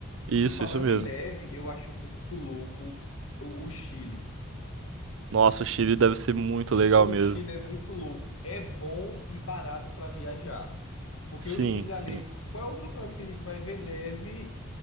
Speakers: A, on the right; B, on the left.
A: isso,
B: E falando
A: isso mesmo.
B: em neve, eu acho muito louco o, o Chile.
A: Nossa, o Chile deve ser muito legal
B: O
A: mesmo.
B: Chile é muito louco. É bom e barato para viajar. Porque
A: Sim,
B: o Chile ali.
A: sim.
B: Qual é outro canto que a gente vai ver neve